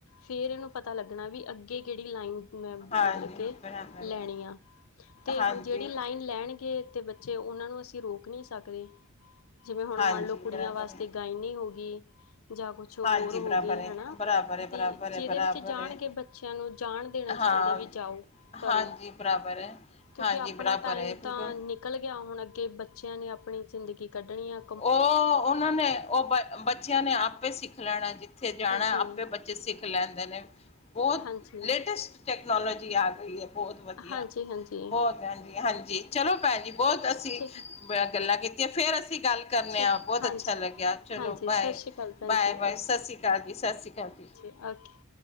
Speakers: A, on the left; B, on the left.
A: ਫੇਰ ਏਨੂੰ ਪਤਾ ਲੱਗਨਾ ਵੀ ਅੱਗੇ ਕੇੜੀ ਲਾਈਨ ਮੈਂ
B: ਹਾਂਜੀ
A: ਮਤਲਬ ਕੇ
B: ਬਰਾਬਰ
A: ਲੈਣੀ
B: ਹੈ
A: ਆ ਤੇ
B: ਹਾਂਜੀ
A: ਹੁਣ ਜਿਹੜੀ ਲਾਈਨ ਲੈਣਗੇ ਤੇ ਬੱ ਚੇ ਉਹਨਾਂ ਨੂੰ ਅਸੀਂ ਰੋਕ ਨੀ ਸਕਦੇ। ਜਿਵੇਂ ਹੁਣ
B: ਹਾਂਜੀ
A: ਮੰਨ ਲਓ ਕੁੜੀਆਂ
B: ਬਰਾਬਰ
A: ਵਾਸਤੇ
B: ਹੈ
A: ਗਾਇਨੀ ਹੋ ਗਈ ਜਾਂ ਕੁਛ ਹੋਰ
B: ਹਾਂਜੀ ਬਰਾਬਰ
A: ਹੋ ਗੀ
B: ਹੈ
A: ਹਨਾ।
B: ਬਰਾਬਰ ਹੈ ਬਰਾਬਰ
A: ਵੀ ਜਿਹਦੇ
B: ਹੈ ਬਰਾਬਰ
A: ਵਿੱਚ ਜਾਣਗੇ
B: ਹੈ
A: ਬੱਚਿਆਂ ਨੂੰ ਜਾਣ ਦੇਣਾ ਚਾਹੀਦਾ
B: ਹਾਂ
A: ਵੀ ਜਾਓ ਕਰੋ।
B: ਹਾਂਜੀ ਬਰਾਬਰ ਹੈ
A: ਕਿਉਂਕਿ
B: ਹਾਂਜੀ
A: ਆਪਣਾ
B: ਬਰਾਬਰ
A: ਟਾਈਮ
B: ਹੈ ਬਿਲਕੁਲ
A: ਤਾਂ ਨਿਕਲ ਗਿਆ ਹੁਣ ਅੱਗੇ ਬੱਚਿਆਂ ਨੇ ਆਪਣੀ ਜ਼ਿੰਦਗੀ ਕੱਢਣੀ ਆਂ।
B: ਓਹ ਓਹਨਾਂ ਨੇ ਓਹ ਬ ਬੱਚਿਆਂ ਨੇ ਆਪੇ ਸਿੱਖ ਲੈਣਾ ਜਿ ਕਿਥੇ ਜਾਣਾ
A: ਜੀ
B: ਆਪੇ ਬੱਚੇ ਸਿੱਖ ਲੈਂਦੇ ਨੇ। ਬਹੁਤ
A: ਹਾਂਜੀ
B: ਲੇਟੈਸਟ ਟੈਕਨੋਲੋਜੀ ਆ ਗਈ ਹੈ ਬਹੁਤ ਵਧੀਆ
A: ਹਾਂਜੀ ਹਾਂਜੀ
B: ਬਹੁਤ ਹਾਂਜੀ- ਹਾਂਜੀ ਚਲੋ ਭੈਣ ਜੀ ਬਹੁਤ ਅਸੀਂ
A: ਠੀਕ ਹੈ
B: ਬ ਗੱਲਾਂ ਕੀਤੀਆਂ ਫੇਰ ਅਸੀਂ ਗੱਲ ਕਰਨੇ
A: ਠੀਕ
B: ਆ
A: ਹੈ
B: ਬਹੁਤ
A: ਹਾਂਜੀ
B: ਅੱਛਾ ਲੱਗਿਆ ਚਲੋ
A: ਹਾਂਜੀ
B: ਬਾਏ-
A: ਸਤਿ ਸ਼੍ਰੀ ਅਕਾਲ ਭੈਣ
B: ਬਾਏ-ਬਾਏ
A: ਜੀ
B: ਸਤਿ ਸ੍ਰੀ ਅਕਾਲ ਜੀ ਸਤਿ ਸ਼੍ਰੀ ਅਕਾਲ ਜੀ।
A: ਓ ਕੇ।